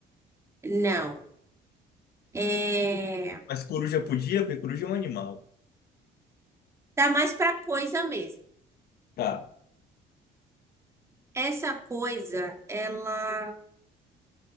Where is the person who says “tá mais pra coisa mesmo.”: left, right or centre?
Right